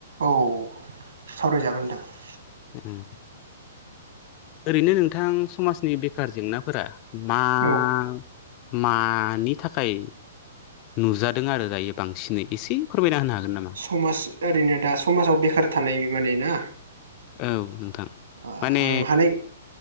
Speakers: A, on the right; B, on the left.
A: औ सावरायजागोन नोंथां
B: उम ओरैनो नोंथां समाजनि बेखार जेंनाफोरा मा-मानि
A: औ
B: थाखाय नुजादों आरो दायो बांसिनै एसे फोरमायना होनो हागोन नामा
A: समाज ओरैनो दा समाजाव बेखार थानाय माने ना
B: औ नों थां
A: आं
B: माने
A: हानाय